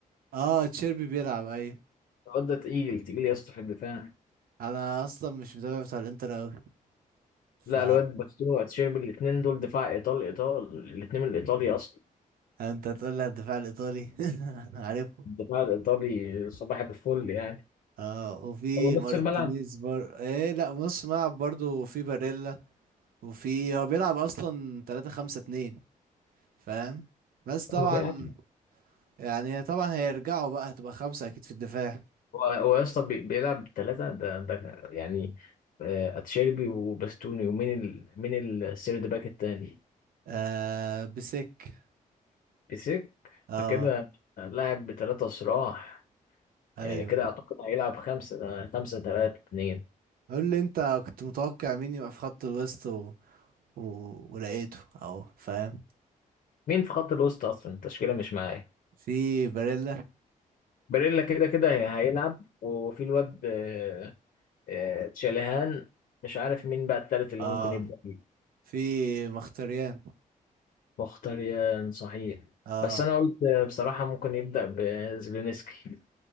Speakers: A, on the right; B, on the left.
A: اه تشيربي بيلعب اي
B: الواد ده تقيل تقيل يا اسطى في الدفاع
A: انا اصلا مش متابع بتاع الانتر اوي ف
B: لا الواد باستوني واتشيربي الاثنين دول دفاع ايطالي ايطال الاثنين من الايطالي اصلا
A: انت تقول لي على الدفاع الايطالي <laughs> أنا عارفه
B: الدفاع الايطالي صباح الفل يعني
A: اه وفي
B: طب
A: مارتينيز
B: نص الملعب
A: بار ايه لا نص ملعب برضه وفي باريلا وفي هو بيلعب اصلا 3 5 2 فاهم بس طبعا
B: هو بيلعب
A: يعني طبعا هيرجعوا بقى هتبقى خمسة اكيد في الدفاع
B: هو هو يا اسطى بي- بيلعب ثلاثة ده ده يعني آه، اتشيربي وباستوني ومين ال... مين السيرد باك التاني
A: آه بسك
B: بيسك
A: اه
B: ده كده لاعب بثلاثة صراع
A: ايوه
B: يعني كده اعتقد هيلعب خمسة خمسة تلاتة اتنين
A: قول لي انت كنت متوقع مين يبقى في خط الوسط و... و... ولقيته اهو فاهم
B: مين في خط الوسط اصلا التشكيلة مش معايا
A: في باريلا
B: باريلا كده كده هي- هيلعب وفي الواد آه، آه، تشاليهان مش عارف مين بقى التالت اللي
A: اه
B: ممكن يبدأ بيه
A: في مختريان
B: مختاريان صحيح
A: اه
B: بس انا قلت آه، بصراحة ممكن يبدأ بزيلينسكي